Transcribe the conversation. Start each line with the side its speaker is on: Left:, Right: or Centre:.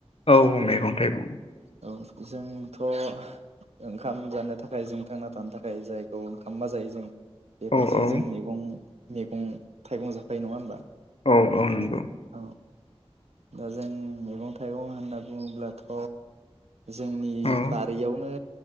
Left: औ मैगं थाइगं।
Right: औ जोंथ' ओंखाम जानो थाखाय जों थांना थानो थाखाय जायखौ ओंखामबा जायो जों बेफोरजों
Left: औ औ
Right: जों मैगं मैगं थाइगं जाफायो नंङा होमबा?
Left: औ औ नंगौ
Right: औ दा जों मैगं थाइगं होनना बुङोब्लाथ' जोंनि
Left: औ
Right: बारियावनो